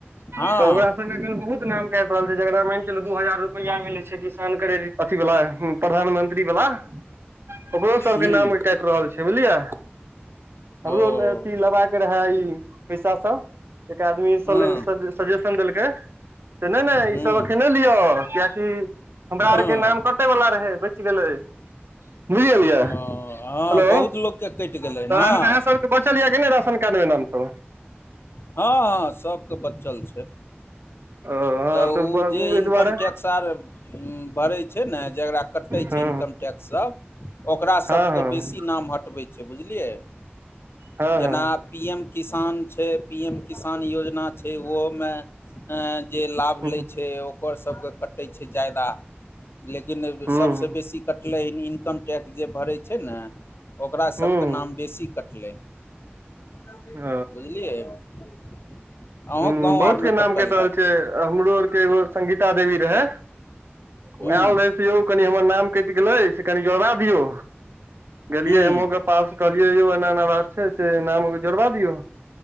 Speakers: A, on the left; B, on the right.
A: हँ
B: तऽ ओकरा बहुत नाम कटि रहल छै जेकरा मानि चलू दू हजार रुपया मिले छै किसान क्रेडिट अथी वला ह्म प्रधानमंत्री वला ओकरो सब
A: हूँ
B: के नाम काटि रहल छै छैबलियै
A: ओ
B: हमरो अथी लेबा रहै ई पैसा सब एक आदमी सले
A: हँ
B: सले सजेशन देलकै से नहि नहि
A: हूँ
B: ई सब एखन नै लिअ कियाकि हमरा
A: हँ
B: आर के नाम कट कटे वला रहै बचि गेलै बुझगेलियै
A: ओ
B: हेलो
A: हँ बहुत लोकके कटि गेलै हन
B: तहन
A: हँ
B: आहाॅं सभ बचल य कि नै राशन कार्ड मे नाम सब
A: हाँ सबके बचल छै
B: ओ हँ
A: तऽ ओ
B: ओहि
A: जे इनकम
B: दुआरे
A: टैक्स आर भरै छै ने जकरा कटै
B: हँ
A: छै इनकम टैक्स सब ओकरा सभ
B: हँ
A: केँ
B: हँ
A: बेसी नाम हटबैत छै बुझलियै
B: हँ
A: जेना
B: हँ
A: पी एम किसान छै पी एम किसान योजना छै ओहो मे जे लाभ
B: हँ
A: लै छै ओकर सभ केँ कटै छै ज्यादा लेकिन
B: हँ
A: सभसँ
B: हँ
A: बेसी कटलै ई इनकम टैक्स जे भरै छै न ओकरा सभ
B: हूँ
A: केँ नाम बेसी कटलै बुझलियै
B: ओ
A: अहूँ
B: हूँ
A: गाँव
B: बहुत
A: आरमे
B: के नाम
A: कटल
B: कटि रहल
A: हैत
B: छै हमरो आर के एगो संगीता देवी रहय ओ
A: हूँ
B: आयल रहै से यौ कनि हमर नाम कटि गेले से कनि जोड़बा दियौ गेलियै
A: हूँ
B: हम पास कहलिए यौ एना एना छै से नाम केँ जोड़बाबियो